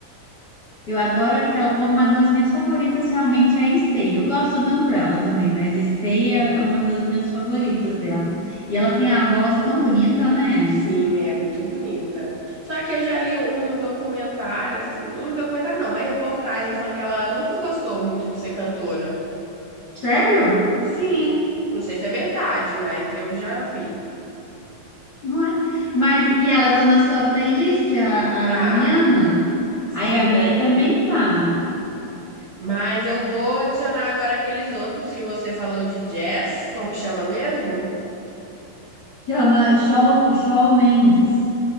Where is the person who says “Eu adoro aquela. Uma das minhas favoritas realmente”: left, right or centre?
Left